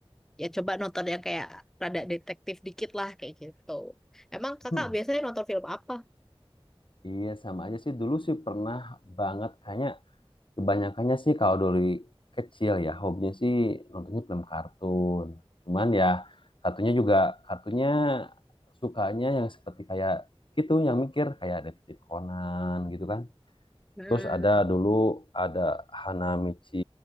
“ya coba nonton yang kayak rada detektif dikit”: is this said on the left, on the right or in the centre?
Centre